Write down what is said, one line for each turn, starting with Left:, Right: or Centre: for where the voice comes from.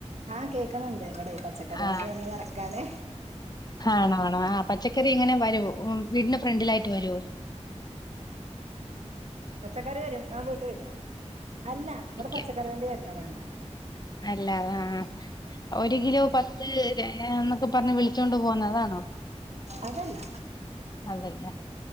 Right: ആ കേക്ക്ണ് ണ്ട് ഇവടെ പച്ചക്കറി
Left: ആ
Right: വണ്ടി വന്ന തെരക്കാണെ
Left: ആണോ ആണോ ആ പച്ചക്കറി എങ്ങനെ വെരുവോ ഉം വീടിന്റെ ഫ്രണ്ടിലായിട്ട് വെരുവോ
Right: പച്ചക്കറി വരും, ആം വീട്ട് വരും. അല്ല ഇവടെ പച്ചക്കറി
Left: ഈ
Right: വണ്ടി വര്ന്നതാണ്.
Left: അല്ല, ആഹ് ഒരു കിലോ പത്ത് രയാന്ന്. ഇപ്പോ പറഞ്ഞ് വിളിച്ചോണ്ട് പോവുന്നെ അതാണോ?
Right: അതല്ല
Left: അതല്ലേ